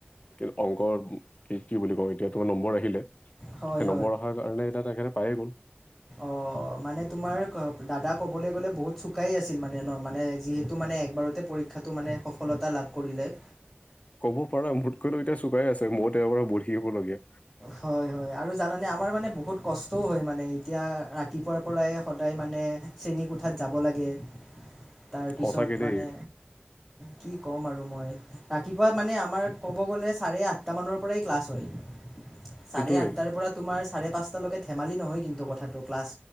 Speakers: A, on the left; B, on the right.
A: কি অংকৰ কি কি বুলি কওঁ এতিয়া তোমাৰ নম্বৰ আহিলে।
B: হয়
A: সেই নম্বৰ অহাৰ কাৰণে এতিয়া তেখেতে পায়ে গ'ল।
B: অ', মানে তোমাৰ দাদা ক'বলৈ গ'লে বহুত চোকাই আছিল মানে ন? মানে যিহেতু মানে একবাৰতে পৰক্ষাটো মানে সফলতা লাভ কৰিলে।
A: ক'ব পাৰা মোতকৈতো এতিয়া চোকাই আছে মইত এাৰ পৰা বহিবলগীয়া।
B: হয় হয় আৰু জানানে আমাৰ মানে বহুত কষ্টও হয় মানে। এতিয়া ৰাতিপুৱাৰ পৰাই সদায় মানে শ্ৰেণীকোঠাত যাব লাগে। তাৰপিছত
A: সঁচাকে
B: মানে
A: দেই
B: কি কম আৰু মই ৰাতিপুৱা মানে আমাৰ ক'ব গ'লে চাৰে আঠানৰ পৰাই ক্লাছ হয়। চাৰে
A: সেইটোৱে
B: আঠ তাৰ পৰা আপালোকে ধেমালি নহয় কিন্তু কথাটো ক্লাছ